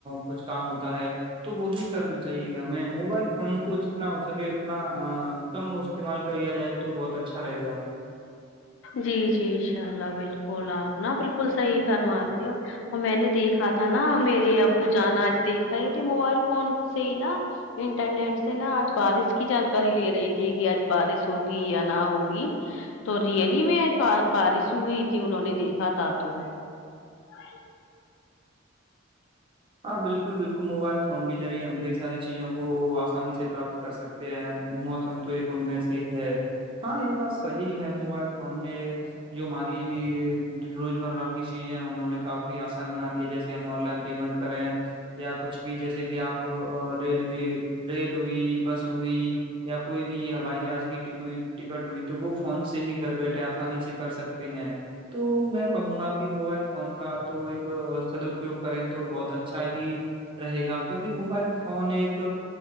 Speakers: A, on the right; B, on the left.
A: کچھ کام ہوتا ہے تو وہی کرنا چاہیے ہمیں موبائل فون کو جتنا ہو سکے اتنا کم استعمال کریا جائے تو بہت اچھا رہےا
B: جی جی انشاء اللہ بالکل آپ نا بالکل صحیح فرما رہے ہو اور میں نے دیکھا تھا نا میرے ابو جانا آج دیکھا ہی تھے موبائل فون سے ہی نا انٹرنیٹ سے نا آج بارش کی جانکاری لے رہی تھی کہ آج بارش ہوگی یا نہ ہوگی تو ریئلی میں آ بارش ہوئی تھی انہوں نے دیکھا تھا تو ہ
A: ہاں بالکل بالکل موبائل فون کے ریعے ہم کئی ساری چیزوں کو آسانی سے پراپت کر سکتے ہیں موسم تو ایک ان میں سے ہے ہاں یہ بات صحیح ہے موبائل فون نے جو ہماری روز مرہ کی چیزیں انہوں نے کافی آسان بنا دیا جیسے ہم آن لائن پیمنٹ کریں یا کچھ بھی جیسے کہ آپ ریلوے ریل ہوئی بس ہوئی یا کوئی بھی ہوائی جہاز کی ٹکٹ ہوئی تو وہ فون سے ہی گھر بیٹھے آسانی سے کر سکتے ہیں تو میں کہوں گا کہ موبائل فون کا تو ایک سدپیوگ کریں تو بہت اچھا ہی رہے گا کیونکہ موبائل فون ایک